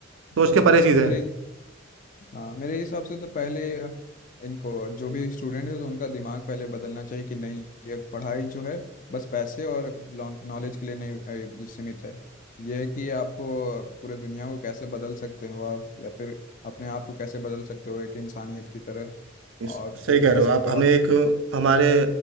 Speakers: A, on the right (about 75°); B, on the left (about 40°).
A: सोच
B: हाँ
A: के परे चीज़
B: मेरे
A: है
B: हाँ मेरे हिसाब से तो पहले इनको जो भी स्टूडेंट है तो उनका दिमाग पहले बदलना चाहिए कि नहीं ये पढ़ाई जो है बस पैसे और नॉलेज के लिए नहीं अ, सीमित है यह है कि आपको पूरे दुनिया को कैसे बदल सकते हो आप या फिर अपने आप को कैसे बदल सकते हो एक इंसानियत की तरह
A: इस-
B: और
A: सही
B: फिर
A: कह
B: कैसे
A: रहे हो आप हमें
B: आप
A: एक हमारे